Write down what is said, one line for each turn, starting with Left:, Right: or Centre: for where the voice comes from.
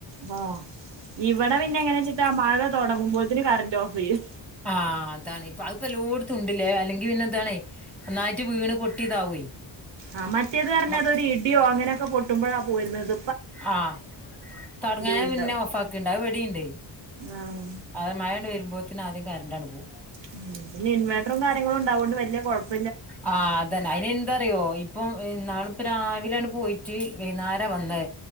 Right: വാ ഇവടെ പിന്നെ എങ്ങനെ ച്ചിട്ടാ മഴ തൊടങ്ങുമ്പോഴ്ത്തിന് കറന്റ് ഓഫ് യ്യും.
Centre: ആഹ് അതാണ് ഇപ്പ അത് പ്പൊ എല്ലോട്ത്തും ണ്ട്ല്ലേ അല്ലെങ്കി പിന്നെ ഇതാണ് ഒന്നാ റ്റ് വീണ് പൊട്ടിതാവേ.
Right: ആഹ് മറ്റേത് ർഞ്ഞ
Centre: മ
Right: അതൊരു ഇടിയോ അങ്ങനെക്കെ പൊട്ടുമ്പോഴാ പോര്ന്നത്.
Centre: ആഹ് തൊടങ്ങണേന്
Right: പോയിണ്ടാവും
Centre: മുന്നെ ഓഫാ ക്ക്ണ്ട് അത് ഇവടിണ്ട്.
Right: ആഹ്
Centre: അത് മഴാണ്ട് വരുമ്പോത്തിന് ആദ്യം കറണ്ടാണ്ട് പോവും.
Right: ഉം പിന്നെ ഇൻവേർട്ടറും കാര്യങ്ങളും ഉണ്ടാവോണ്ട് വല്യ കൊഴപ്പം
Centre: ആഹ് അതന്നെ അയിന് എന്താറിയോ ഇപ്പൊ ഇന്നാള്പ്പം രാവിലെയാണ് പോയിട്ട് വൈന്നേരാ വന്നേ